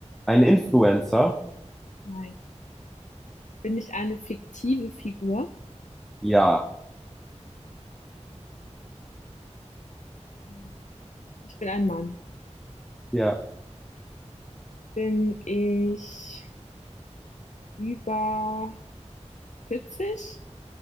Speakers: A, in the centre; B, on the left.
A: ein Influencer?
B: Nein. Bin ich eine fiktive Figur?
A: Ja.
B: Hm, ich bin ein Mann.
A: Ja.
B: Bin ich über vierzig?